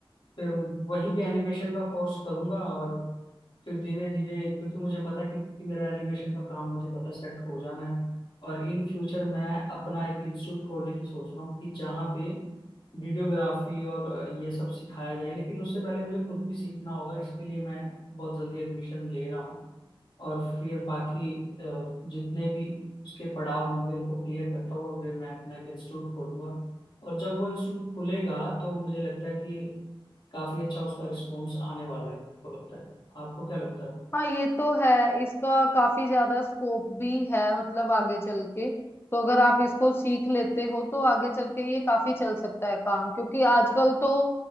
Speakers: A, on the left; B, on the left.
A: फिर वहीं पे एनिमेशन का कोर्स करूंगा और फिर धीरे धीरे क्योंकि मुझे पता है कि कि मेरा एनिमेशन का काम मुझे पता है सेट हो जाना है और इन फ्यूचर मैं अपना एक इंस्टीट्यूट खोलने की सोच रहा हूँ कि जहाँ पे वीडियोग्राफी और अ, ये सब सिखाया जाए लेकिन उससे पहले मुझे खुद भी सीखना होगा इसके लिए मैं बहुत जल्दी एडमिशन ले रहा हूँ और फिर बाकी अ, जितने भी उसके पड़ाव होंगे उनको क्लियर करता हुआ फिर मैं अपना एक इंस्टीट्यूट खोलूंगा और जब वो इंस्टीट्यूट खुलेगा तो मुझे लगता है कि काफी अच्छा उसका रिस्पॉन्स आने वाला है आपको लगता है आपको क्या लगता है
B: हाँ ये तो है इसका काफी ज्यादा स्कोप भी है मतलब आगे चल के तो अगर आप इसको सीख लेते हो तो आगे चल के ये काफी चल सकता है काम क्योंकि आजकल तो